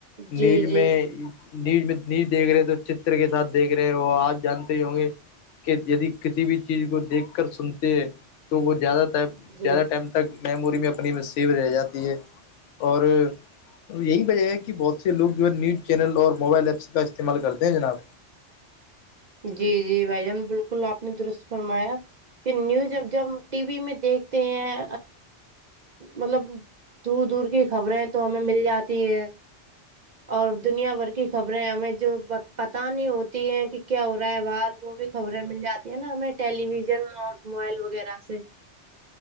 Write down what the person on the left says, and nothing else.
نیز
میں نیوز میں نیوز دیکھ رہے ہیں تو چتر کے ساتھ دیکھ رہے ہیں وہ آپ جانتے ہی ہوں گے کہ یدی کسی بھی چیز کو دیکھ کر سنتے ہیں تو وہ زیادہ ٹائم
زیادہ ٹائم تک میموری میں اپنی میں سیو رہ جاتی ہے اور یہی وجہ ہے کہ بہت سے لوگ جو ہے نیوز چینل اور موبائل ایپس کا استعمال کرتے ہیں جناب